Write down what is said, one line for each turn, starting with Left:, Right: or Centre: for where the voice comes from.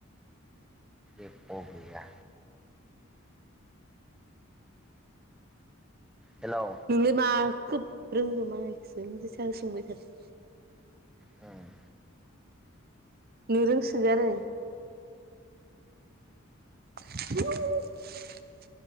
Centre: ए ख गैया हेलौ
Right: नोंलाय मा खोब रोंगौ मालायखोसो बेसां सोंबाय थादों
Centre: उम
Right: नों रोंसोगारो <unintelligible>